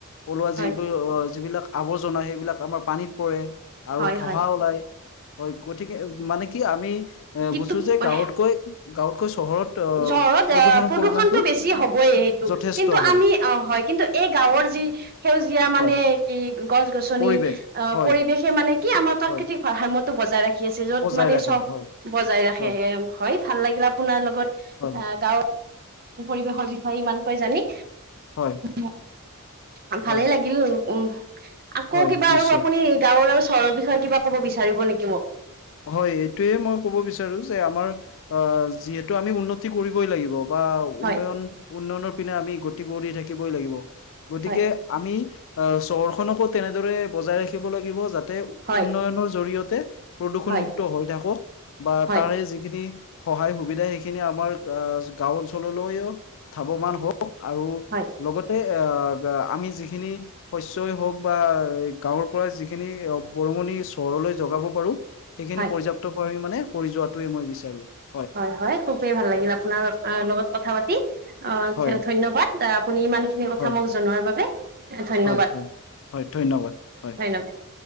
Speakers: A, on the left (about 60°); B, on the right (about 45°).
A: ওলোৱা
B: হয়
A: যিবোৰ অ যিবিলাক আৱৰ্জনা সেইবিলাক আমাৰ পানীত পৰে আৰু
B: হয়
A: ধঢহা
B: হয়
A: ওলাই হয় কঠিন মানে কি আমি এ
B: কিন্তু
A: বুজো যে
B: প
A: গাঁৱতকৈ গাঁৱতকৈ চহৰত আহ
B: চহৰত
A: প্ৰদূষণৰ
B: আহ প্ৰদূষণতটো
A: পৰিমাণটো
B: বেছি হবই
A: যথেষ্ট
B: কিন্তু
A: হয়
B: আমি অ হয় কিন্তু এই গাঁৱৰ যি সেউজীয়া মানে
A: হয়
B: গছ গছনি
A: পৰিৱেশ
B: আহ
A: হয়
B: পৰিৱেশে মানে কি আমাৰ প্ৰাকৃতিক
A: হয়
B: ভাৰসাম্্য টো বজাই ৰাখি আছে য'ত
A: বজাই
B: মানে
A: ৰাখে
B: চ
A: হয়
B: বজাই ৰাখে
A: হয়
B: এ হয় ভাল লাগিল আপোনাৰ লগত
A: হয়
B: এ গাঁৱত পৰিৱেশৰ বিষয় হয় ইমানকৈ জানি
A: হয়
B: উ
A: হয়
B: ভালেই লাগিল উ আকৌ
A: হয়
B: কিবা
A: নিশ্চয়
B: আৰু আপুনি গাঁৱৰ আৰু চহৰৰ বিষয়ে কিবা ক'ব বিচাৰিব নেকি মোক
A: হয় এইটোয়ে মই কব বিচাৰো যে আমাৰ অ যিহেতু আমি উন্নতি কৰিবই লাগিব বা
B: হয়
A: উন্নয়ন উন্নয়নৰ পিনে আমি গতি কৰি থাকিবই লাগিব গতিকে
B: হয়
A: আমি আহ চহৰখননকো তেনেদৰে বজাই ৰাখিব লাগিব যাতে াতে
B: হয়
A: উন্নয়নৰ জৰিয়তে প্ৰদূষণ
B: হয়
A: মুুক্ত হৈ থাকক বা
B: হয়
A: তাৰে যিখিনি সহায় সুবিধা সেইখিনি আমাৰ গাঁও অঞ্চললৈো ধাৱমান হওক আৰু
B: হয়
A: লগতে আহ আমি যিখিনি শস্ই হওক বা গাঁৱৰ পৰা যিখিনি বৰঙণি চহৰলৈ জগাব পাৰো সেইখিনি
B: হয়
A: পৰ্যাপ্ত পৰিম মানে কৰি যোৱাটোোৱে মই বিচাৰো
B: হয় হয় খুবেই ভাল লাগিল আপোনাৰ লগত কথা পাতি আহ
A: হয়
B: ধন্যবাদ আপুনি ইমান খিনি কথা
A: হয়
B: মোক জনোৱাৰ বাবে ধন্যবাদ
A: হয় হয় হয় হয় ধন্যবাদ হয়
B: হয়ন্যবাদ